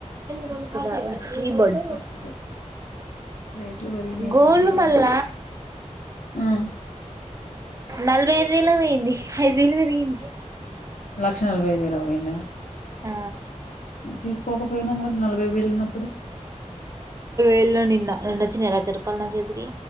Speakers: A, on the right; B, on the left.
A: నవ్వు దావా కీబోడ్
B: పెట్టారు రేట్లు పెరిగినాయి
A: గోళ్లు
B: ఇప్పుడు అంతంత
A: మల్ళ
B: ఆ
A: నలభై ఐదు వేలు పోయింది ఐదు పెరిగింది
B: లక్ష నలభై ఐదు వేలక్ పోయిందా
A: ఆ
B: తీసుకోకపోయినా మరి నలభై వేలు ఉన్నప్పుడే
A: ఎళ నిన్న దన్న వచ్చినాయి లచ్చ రూపాయిలు నా చేతికి